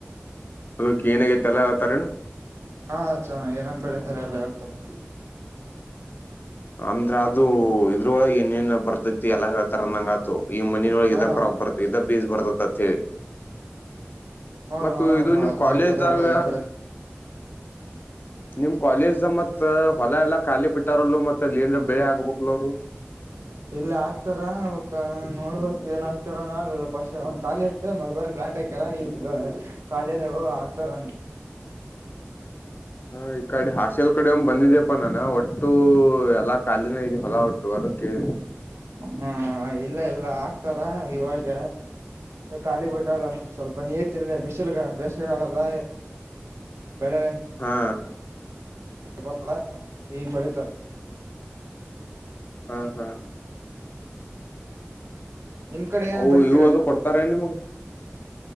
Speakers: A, on the left; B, on the right.
A: ಅದಕ್ಕೆ ಏನಗೈತೆ ಎಲ್ಲತಾರೇನ
B: ಹಾ ಚ ಏನನ್ ಬೆಳಿತಾರೆ ಎಲ್ಲ ಹೇಳ್ತಾರ
A: ಅಂದ್ರ ಅದು ಇದ್ರೊಳಗೆ ಏನ್ನ್ ಬರ್ತೈತಿ ಎಲ್ಲ ಹೇಳ್ತಾರಂದಂಗ ಈ ಮಂನ ಒಳಗೆ
B: ಹಾ
A: ಇದ ಕ್ರಾಪ್ ಬರ್ತ ಇದ ಬೀಜ ಬರ್ತತಿ ಅತ್ ಹೇಳಿ
B: ಹಾ
A: ಮತ್ತ ಇದು ನಿಮ್
B: ಅದ್ನ್
A: ಕಾಲೇಜಾಗ
B: ಹೇಳ್ತಾರ ಎಲ್ಲ ಏನ್ ಬೇಕ
A: ನಿಮ್ ಕಾಲೇಜ್ ದ ಮತ್ ಹೊಲ ಎಲ್ಲಾ ಖಾಲಿ ಬಿಟ್ಟಾರಲ್ಲ ಮತ್ ಮಲ್ಲಿ ಏನ್ಬೆಳೆ ಹಾಕ್ಬೇಕಲ ಅವ್ರು
B: ಇಲ್ಲ ಆಗ್ತಾರ ನೋಡ್ಬೇಕಕ್ ಏನ್ ಆಗ್ತಾರಾನ ಅ ಪಸ್ ಅವನ್ ಖಾಲಿ ಇತ್ತ ಮಲ್ಬರ ಟಕರ ಇ ಖಾಲಿಯದ ಹಾಕ್ತಾರ
A: <unintelligible> ಹ ಈ ಕಡೆ ಹಾಸೆಲ್ ಕಡೆ ಒಂದ್ ಬಂದಿದ್ಯಪ್ಪಾ ನಾನ ಒಟ್ಟು ಎಲ್ಲಾ ಕಾಲಿನ ಇದ ಹೊಲ ಒಟ್ಟು ಓಕೆ
B: ಹಾ ಇಲ್ಲ ಇಲ್ಲ ಆಕ್ತಾರ ಇವಾಗ ಖಾಲಿ ಬಿಟ್ಟಲ್ಲ ಸ್ವಲ್ಪ ನೀರ್ ತಿನ್ಲ ಬಿಸಿಲು ಬೇಸಿಗೆಗಾಲಲ್ಲ ಬೆಳೆ
A: ಹಾ
B: ಬರ್ತಲ್ಲ ಈಗ ಬೆಳತಾರೆ
A: ಹ್ಮ್ ಹ್ಮ್
B: ನಿಮ್ ಕಡೆ ಏನ
A: ಅ
B: ಬೆಳಿತೀರಲ್ಲಿ
A: ಇವು ಅದು ಕೊಡ್ತಾರೆ ನಿಮ್ಗ್